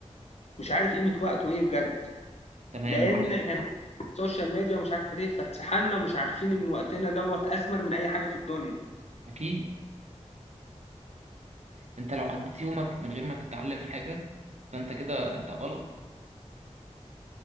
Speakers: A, on the left; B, on the right.
A: مش عارف قيمه وقته ايه بجد
B: تمام
A: لان
B: معاك
A: كان السوشيال ميديا مش عارف ايه فاتسحلنا ومش عارفين ان وقتنا دوت اثمن من اي حاجه في الدنيا
B: اكيد انت لو عديت يومك من غير ما تتعلم حاجة فانت كده انت غلط